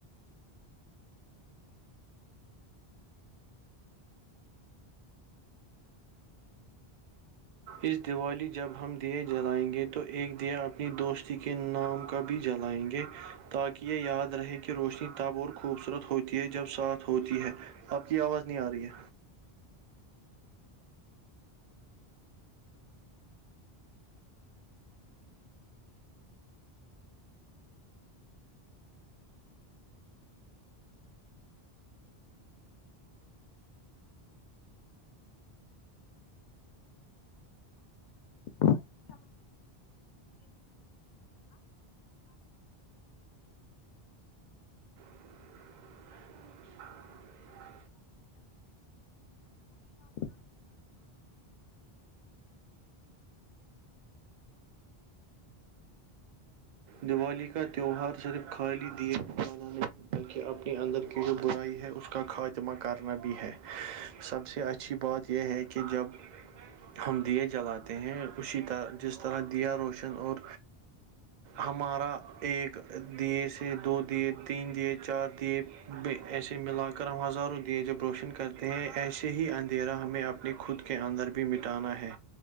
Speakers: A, on the right (about 55°); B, on the left (about 55°).
A: اس دیوالی جب ہم دیے جلائیں گے تو ایک دیا اپنی دوستی کے نامک بھی جلائیں گے تاکہ یہ یاد رہے کہ روشنی تب اور خوبصورت ہوتی ہے جب ساتھ ہوتی ہے آپ کی آواز نہیں آ رہی ہے
B: اور د اب سمج آ ہاں
A: ج
B: ب کرناائی بالنا سہی
A: دیوالی کا تہوہار صرف خالی دیر م بلکہ اپنے اندر کی جو برائی ہے اس کا خاتمہ کرنا بھی ہے سب سے اچھی بات یہ ہے کہ جب ہم دیے جلاتے ہیں اسی طرح جس طرح دیا روشن اور ہمارا ایک دیے سے دو دیے تین دیے چار دیے ایسے ملا کر ہم ہزاروں دیے جب روشن کرتے ہیں ایسے ہی اندھیرا ہمیں اپ خود کے اندر بھی مٹانا ہے